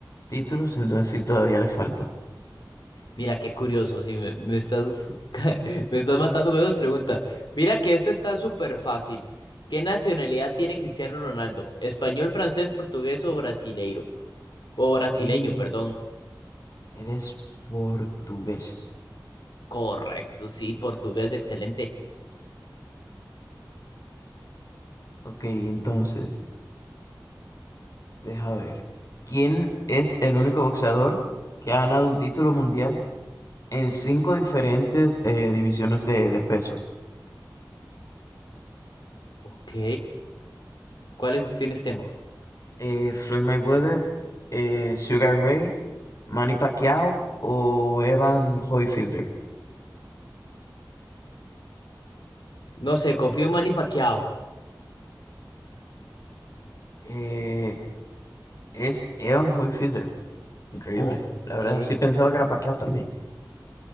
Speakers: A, on the left; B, on the left.
A: títulos, entonces sí todavía le falta.
B: Mira, qué curioso, sí, me, me estás, <laughs> me estás matando con esas preguntas. Mira que esta está súper fácil. ¿Qué nacionalidad tiene Cristiano Ronaldo? ¿Español, francés, portugués o brasileiro? O brasileño,
A: Él,
B: perdón.
A: él es portugués.
B: Correcto, sí, portugués, excelente.
A: Ok, entonces, deja ver. ¿Quién es el único boxeador que ha ganado un título mundial en cinco diferentes eh, divisiones de, de peso.
B: Ok. ¿Cuáles opciones tengo?
A: Eh, Floyd Mayweather, eh, Sugar Ray, Manny Pacquiao o Evan Hoyfielder.
B: No sé, confío en Manny Pacquiao.
A: Eh, es Evan Hoyfielder. Increíble.
B: Ok.
A: La verdad, sí pensaba que era Pacquiao también.